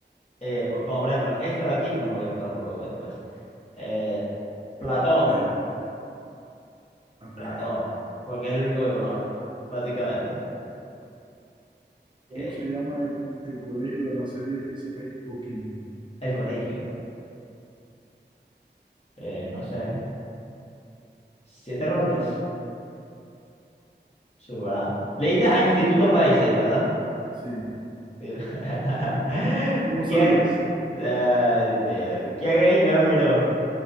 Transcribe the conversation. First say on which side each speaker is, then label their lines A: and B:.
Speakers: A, on the left; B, on the right.
A: Eh, po- como por ejemplo, esto de aquí, no me voy a acordar luego después. Eh, Platón.
B: Ya la pegaste.
A: Ratón, porque es el único que conozco, básicamente.
B: ¿Cómo
A: Ok.
B: se llama el, el colegio de la serie física y- o química?
A: El colegio, eh, no
B: O química.
A: sé. Siete
B: ¿Este
A: Robles,
B: será?
A: Zurbarán. Leíste a Institutos Bayside, ¿verdad?
B: Sí.
A: Sí. <laughs>
B: ¿Cómo
A: ¿Quién?
B: sabías?
A: Ay, Dios. mío. ¿Quién es Joan Miró?